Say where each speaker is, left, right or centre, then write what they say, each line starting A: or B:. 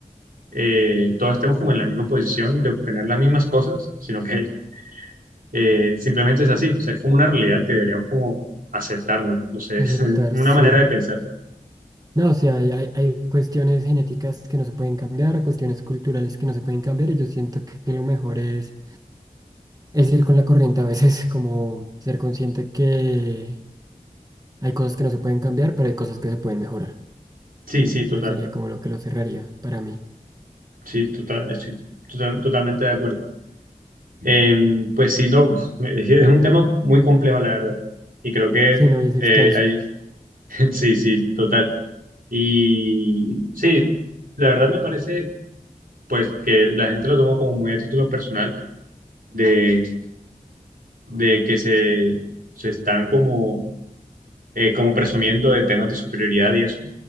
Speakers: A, on the right; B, on the right.
A: eh, todos estemos como en la misma posición de obtener las mismas cosas, sino que Eh, simplemente es así, o sea, es como una realidad que deberíamos como aceptarnos, no No sé,
B: Aceptar,
A: <laughs> es una
B: sí.
A: manera de pensar.
B: No, o sea, hay, hay- hay cuestiones genéticas que no se pueden cambiar, cuestiones culturales que no se pueden cambiar, y yo siento que lo mejor es, es ir con la corriente a veces, <laughs> como ser consciente que hay cosas que no se pueden cambiar, pero hay cosas que se pueden mejorar.
A: Sí, sí, total,
B: Eso sería como lo que lo cerraría para mí.
A: sí, total, estoy total- totalmente de acuerdo. Eh, pues sí, no, <laughs> uf, es es un tema muy complejo, la verdad, y creo que
B: Sí, no, y es extenso.
A: eh, hay, <laughs> sí, sí, total. Y sí, la verdad me parece, pues, que la gente lo toma como muy a título personal de, de que se, se están como eh, como presumiendo de temas de superioridad y eso,